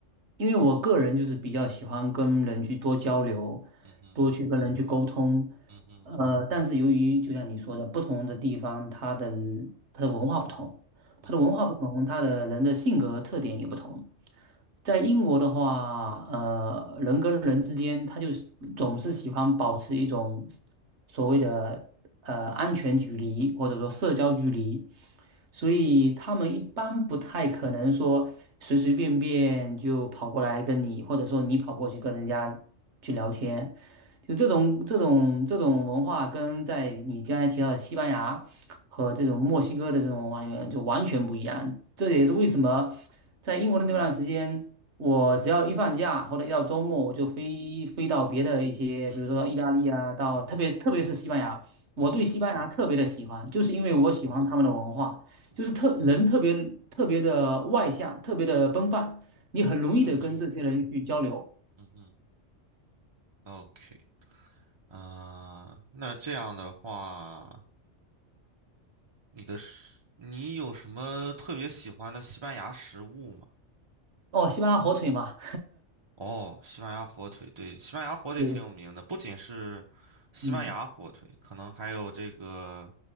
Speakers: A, on the right (about 65°); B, on the right (about 30°).
A: 因为我个人就是比较喜欢跟人去多交流，
B: 嗯哼，
A: 多去跟人去沟通。
B: 嗯哼，
A: 呃，但是由于就像你说的，不同的地方它的它的文化不同。
B: 嗯哼，
A: 它的文化不同，它的人的性格特点也不同。在英国的话，呃，人跟人之间，他就是总是喜欢保持一种所谓的呃安全距离，或者说社交距离，所以他们一般不太可能说随随便便就跑过来跟你，或者说你跑过去跟人家去聊天，就这种这种这种文化跟在你刚才提到的西班牙。和这种墨西哥的这种文化里面就完全不一样。这也是为什么在英国的那段时间，我只要一放假或者一到周末，我就飞飞到别的一些，
B: 嗯哼，
A: 比如说到意大利啊，到特别特别是西班牙，
B: 嗯哼，
A: 我对西班牙特别的喜欢，
B: 嗯哼，
A: 就是因为我喜欢他们的文化，
B: 嗯哼，嗯哼，
A: 就是特人特别特别的外向，
B: 嗯哼。
A: 特别的奔放，你很容易的跟这些人去交流。
B: 嗯哼嗯哼，OK，啊、那这样的话，你的食，你有什么特别喜欢的西班牙食物吗？
A: 哦，西班牙火腿嘛，
B: 哦，西班牙火腿，对，西班牙火腿挺有名的，
A: 对，
B: 不仅是西班牙火腿，
A: 嗯
B: 可能还有这个